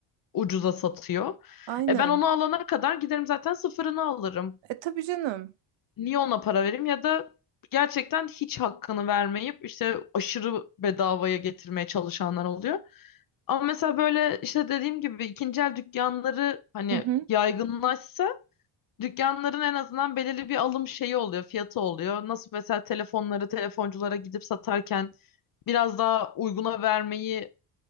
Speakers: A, on the left; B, on the right.
A: ucuza satıyor.
B: aynen.
A: E ben onu alana kadar giderim zaten sıfırını alırım.
B: E tabii canım.
A: niye ona para vereyim ya da gerçekten hiç hakkını vermeyip işte aşırı bedavaya getirmeye çalışanlar oluyor. Ama mesela böyle işte dediğim gibi ikinci el dükkanları hani
B: Hı hı.
A: yaygınlaşsa dükkanların en azından belirli bir alım şeyi oluyor, fiyatı oluyor. Nasıl mesela telefonları telefonculara gidip satarken biraz daha uyguna vermeyi